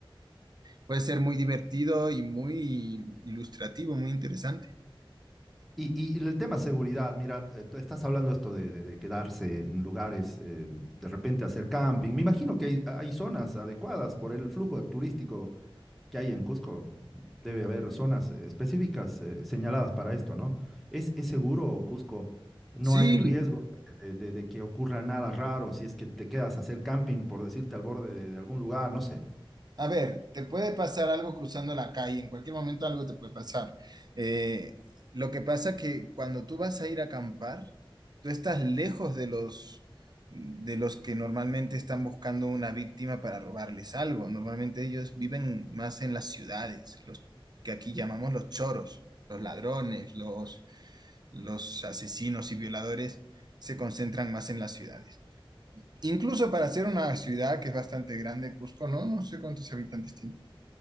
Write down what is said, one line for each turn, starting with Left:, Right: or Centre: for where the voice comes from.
Right: Puede ser muy divertido y muy ilustrativo, muy interesante.
Centre: Y, y el tema seguridad, mira, eh, tú estás hablando esto de, de- de quedarse en lugares, eh, de repente hacer camping. Me imagino que hay, hay zonas adecuadas por el flujo turístico que hay en Cusco, debe haber zonas específicas eh, señaladas para esto, ¿no? ¿Es, es seguro Cusco? No
Right: Sí,
Centre: hay riesgo de, de- de que ocurra nada raro si es que te quedas a hacer camping, por decirte, al borde de, de algún lugar, no sé.
Right: A ver, te puede pasar algo cruzando la calle, en cualquier momento algo te puede pasar. Eh, lo que pasa que cuando tú vas a ir a acampar, tú estás lejos de los de los que normalmente están buscando una víctima para robarles algo. Normalmente ellos viven más en las ciudades, los que aquí llamamos los choros, los ladrones, los los asesinos y violadores se concentran más en las ciudades. Incluso para ser una ciudad que es bastante grande, Cusco, ¿no? No sé cuántos habitantes tiene,